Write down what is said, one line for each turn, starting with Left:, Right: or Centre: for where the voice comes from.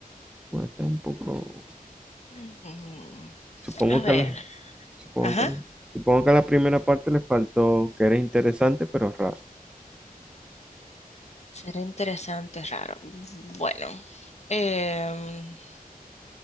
Centre: Bueno, está un poco.
Left: Mm,
Centre: Supongo
Left: A ver,
Centre: que a la, supongo
Left: ajá.
Centre: que a la- supongo que a la primera parte le faltó que eres interesante, pero raro.
Left: Será interesante, raro. Bueno, em,